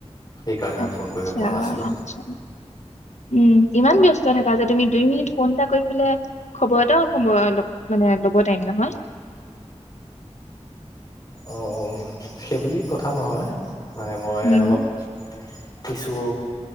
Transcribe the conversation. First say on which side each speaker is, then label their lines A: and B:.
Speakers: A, on the left; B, on the left.
A: সেইকাৰণে মই
B: আচ্ছা
A: ফোন কৰিব পৰা নাছিলো
B: আচ্ছা উম ইমান ব্যস্ত থাকা যে তুমি দুই মিনিট ফোন এটা কৰিবলে খবৰ এটাও সময় মানে ল'ব টাইম নহয়।
A: অ অ সেইবুলি কথা নহয় মানে মই,
B: উম
A: অলপ কিছু